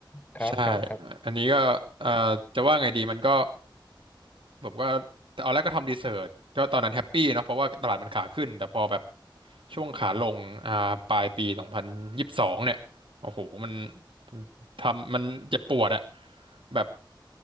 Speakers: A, on the left; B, on the right.
A: ครับครับครับอ๋อ
B: ใช่อันนี้ก็เอ่อจะว่าไงดีมันก็ ผมก็ตอนแรกก็ทำรีเสิร์ชก็ตอนนั้นแฮปปี้เนาะเพราะว่าตลาดมันขาขึ้นแต่พอแบบช่วงขาลงอ่าปลายปีสองพันยี่สิบสองเนี่ยโอ้โหมันทำมันเจ็บปวดอะแบบ